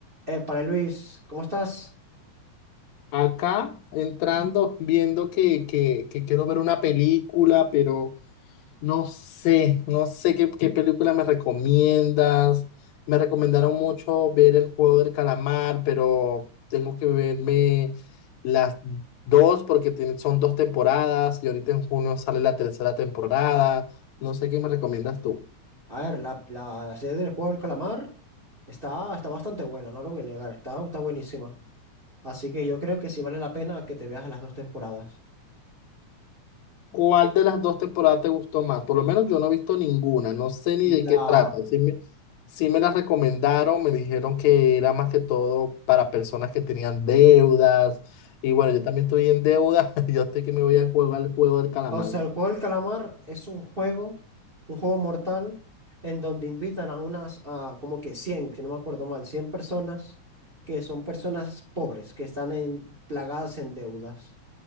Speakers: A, on the right; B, on the left.
A: Eh, Para Luis, ¿cómo estás?
B: Acá entrando, viendo que, que, que quiero ver una película, pero no sé, no sé qué, qué película me recomiendas. Me recomendaron mucho ver El Juego del Calamar, pero tengo que verme las dos porque tiene- son dos temporadas y ahorita en junio sale la tercera temporada. No sé qué me recomiendas tú.
A: A ver, la, la, la serie del juego del calamar está, está bastante buena, no lo voy a negar, está, está buenísima. Así que yo creo que sí vale la pena que te veas las dos temporadas.
B: ¿Cuál de las dos temporadas te gustó más? Por lo menos yo no he visto ninguna, no sé ni de
A: La,
B: qué trata. Sí me, sí me la recomendaron, me dijeron que era más que todo para personas que tenían deudas. Y bueno, yo también estoy en deuda, <laughs> yo estoy que me voy a jugar el juego del calamar.
A: o sea, el juego del calamar es un juego, un juego mortal, en donde invitan a unas, a como que 100, si no me acuerdo mal, 100 personas, que son personas pobres, que están en, plagadas en deudas.